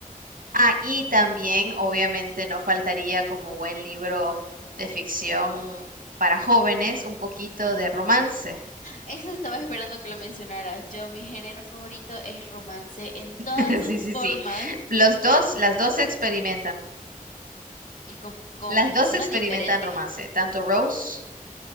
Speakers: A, on the right; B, on the left.
A: Ah, y también, obviamente, no faltaría como buen libro de ficción para jóvenes, un poquito de romance.
B: Eso estaba esperando que lo mencionaras. Yo, mi género favorito es romance en todas
A: <laughs>
B: sus
A: Sí, sí,
B: formas
A: sí. Los dos, las dos experimentan,
B: y con, con
A: las
B: personas
A: dos experimentan
B: diferentes.
A: romance, tanto Rose,